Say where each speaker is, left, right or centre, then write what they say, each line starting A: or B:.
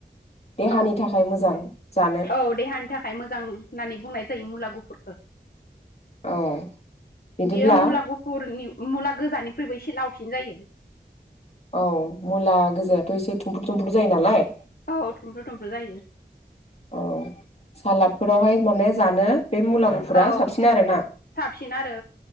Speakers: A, on the left; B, on the left.
A: देहानि
B: औव
A: थाखाय मोजां जानो
B: औव देहानि थाखाय मोजां। होननानै बुंनाय जायो मुला गुफुरखौ
A: औ बिदिब्ला
B: बियो मुला गुफर फुरनि मुला गोजानिख्रुइबो एसे लावसिन जायो।
A: औ मुला गोजायाथ' एसे थुमफ्रु थुमफ्रु जायो नालाय
B: औव थुमफ्रु थुमफ्रु जायो।
A: औ सालादफोरावहाय माने जानो बे मुला गुफुरा
B: औव
A: साबसिन आरोना
B: साबसिन आरो